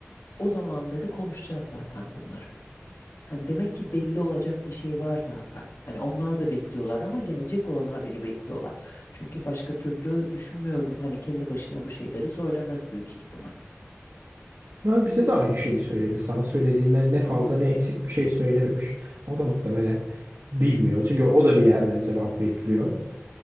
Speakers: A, on the left (about 80°); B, on the right (about 80°).
A: O zaman dedi konuşacağız zaten bunları. Hani demek ki belli olacak bir şey var zaten. Hani onlar da bekliyorlar ama gelecek olan haberi bekliyorlar. Çünkü başka türlü düşünmüyorum. Hani kendi başına bu şeyleri söylemez büyük ihtimal.
B: Ya bize de aynı şeyi söyledi. Sana söylediğinden ne fazla
A: Hı hı.
B: ne eksik bir şey söylememiş. O da muhtemelen bilmiyor. Çünkü o da bir yerden cevap bekliyor.